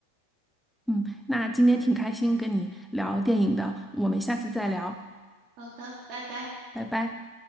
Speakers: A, in the centre; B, on the right (about 40°).
A: 嗯，那今天挺开心跟你聊电影的，我们下次再聊，
B: 好的，拜拜。
A: 拜拜。